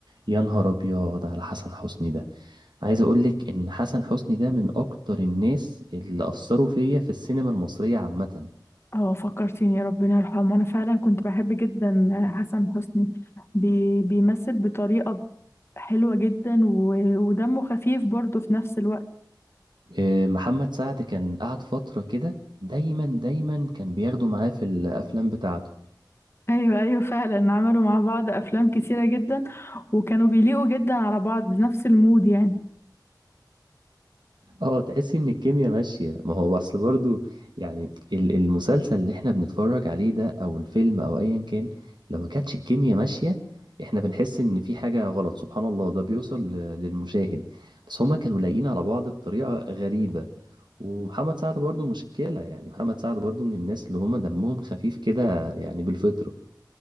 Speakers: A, on the right; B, on the left.
A: يا نهار ابيض على حسن حسني ده عايز اقولك ان حسن حسني ده من اكتر الناس اللي اثروا فيا في السينما المصرية عامة
B: اه فكرتيني ربنا يرحمه أنا فعلا كنت بحب جدا حسن حسني بي بيمثل بطريقة حلوة جدا و... ودمه خفيف برضه في نفس الوقت
A: آه، محمد سعد كان قعد فترة كده دايما دايما كان بياخده معاه في الافلام بتاعته
B: أيوة أيوة فعلا عملوا مع بعض أفلام كتيرة جدا وكانوا بيليقوا جدا على بعض بنفس المود يعني
A: اه تحس ان الكيمياء ماشية ما هو اصل برضو يعني ال- المسلسل اللي احنا بنتفرج عليه ده او الفيلم او ايا كان لو ما كانتش الكيمياء ماشية احنا بنحس ان في حاجة غلط سبحان الله ده بيوصل ل- للمشاهد بس هما كانوا لايقين على بعض بطريقة غريبة ومحمد سعد برضو مشكلة يعني محمد سعد برضو من الناس اللي هما دمهم خفيف كده يعني بالفطرة